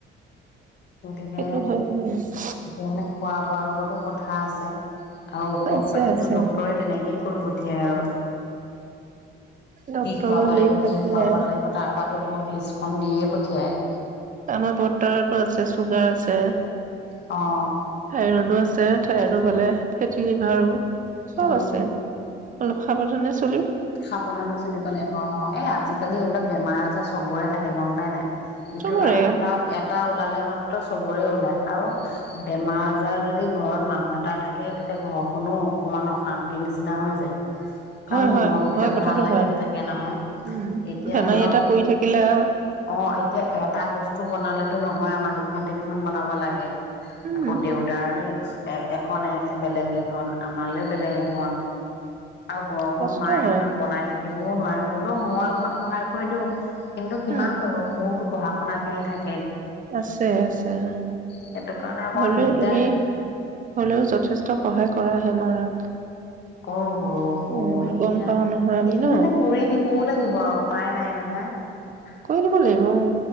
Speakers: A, on the left; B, on the right.
A: গতিকে,
B: সেইটো হয় উম
A: এতিয়া খোৱা বোৱা লগতো কথা আছে। আও ঔষধ
B: আছে
A: পাতিটো
B: আছে
A: ডক্টৰে তেনে এই কৰি পঠিয়ায় আৰু
B: ডক্তৰো
A: কি খুৱাব
B: হেৰি
A: লাগিব,
B: থাকিলে
A: কি খুৱাব নালাগিব তাৰ তাতো তেওঁক লিষ্টখন দিয়ে পঠিয়াই।
B: আমাৰ বৰদেউতাৰতো আছে, চুগাৰ আছে।
A: অ'
B: থাইৰদো আছে, থাইৰদো গালে। ফেতিলিভাৰো চব
A: উম
B: আছে। অলপ সাৱধানে চ
A: সাৱধানে চলিব লাগিব। অ', এ আজিকালি এইবিলাক বেমাৰ-আজাৰ চবৰে থাকে। সেই গম পাই নাই ইটো
B: চবৰে
A: আৰু এটা-এটা ওলালে মান চবৰে ওলাই আৰু বেমাৰ-আজাৰ যদি ঘৰত মানুহ এটাৰ থাকে। তেতিয়া ঘৰখনো অকমান অশান্তিৰ নিচিনা হৈ যায়। কাৰণ
B: হয় হয়।
A: মন বিলাক
B: হয় কথাটো
A: ভাল লাগি
B: হয়
A: নাথাকে নহয়।
B: উম
A: এতিয়া
B: বেমাৰী
A: ধৰক
B: এটা পৰি থাকিলে আৰু
A: অ', এতিয়া এটা বস্তু বনালে এনেটো নহয় আমাৰ দুখন, তিনিখন বনাব লাগে।
B: উম
A: আকৌ দেউতাৰোলে এক্স এ এখননে বেলেগ এখন, আমালে বেলেগ এখন আৰু গৰমত
B: কষ্ট
A: মায়ে
B: হয়
A: ইমান থাকিবও নোৱাৰে। হলেও, মই অকমান সহায় কৰি দিওঁ। কিন্তু কিমান
B: উম
A: কৰিব। মোৰতো পঢ়া-শুনাখিনি থাক
B: আছে আছে অ,
A: সেইটো কাৰণে অকমান
B: হলেও
A: দিগদাৰ
B: তুমি হলেও যথেষ্ট সহায় কৰা। হেন মাৰাক।
A: কৰু। ঘৰৰ কৰোঁও
B: উম
A: খিনি
B: গম
A: আ।
B: পাও
A: সেইখিনি
B: নহয় আমি ন
A: মানে কৰি দিবও লাগিব আৰু উপায় নাই নহয়।
B: কৰি দিব লাগিব উম